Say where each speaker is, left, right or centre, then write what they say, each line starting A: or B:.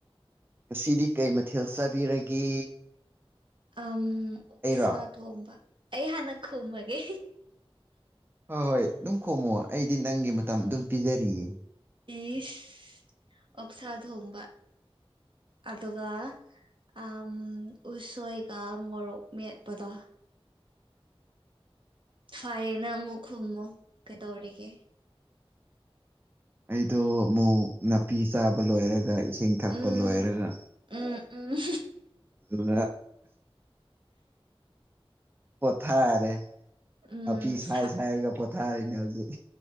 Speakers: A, on the right; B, on the right.
A: ꯉꯁꯤꯗꯤ ꯀꯩ ꯃꯊꯦꯜ ꯆꯥꯕꯤꯔꯒꯦ
B: ꯑꯝ ꯑꯣꯛꯁ
A: ꯑꯩꯔꯣ
B: ꯇ ꯍꯝꯕ ꯑꯩ ꯍꯅ ꯀ ꯍꯃꯒꯦ
A: ꯍꯣꯏ ꯍꯣꯏ ꯑꯗꯨꯝ ꯈꯣꯡꯉꯣ ꯑꯩꯗꯤ ꯅꯪꯒꯤ ꯃꯇꯝ ꯑꯗꯨꯝ ꯄꯤꯖꯔꯤꯌꯦ
B: ꯏꯁ ꯑꯣꯛꯁꯥ ꯊꯣꯡꯕ ꯑꯗꯨꯒ ꯎ ꯎꯁꯣꯏꯒ ꯃꯣꯔꯣꯛ ꯃꯦꯠꯄꯗꯣ ꯐꯥꯏꯅ ꯑꯃꯨ ꯈꯃꯣ ꯀꯗꯧꯔꯤꯒꯦ
A: ꯑꯩꯗꯣ ꯑꯃꯨꯛ ꯅꯥꯄꯤ ꯆꯥꯕ ꯂꯣꯏꯔꯒ ꯏꯁꯤꯡ ꯊꯛꯄ
B: ꯎꯝ
A: ꯂꯣꯏꯔꯒ
B: ꯎꯝ ꯎꯝ
A: ꯑꯗꯨ ꯄꯣꯊꯥꯔꯦ
B: ꯎꯝ
A: ꯅꯥꯄꯤ ꯁꯥꯏ
B: ꯁꯥ
A: ꯁꯥꯏꯔꯒ ꯄꯣꯊꯥꯔꯤꯅꯦ ꯍꯧꯖꯤꯛ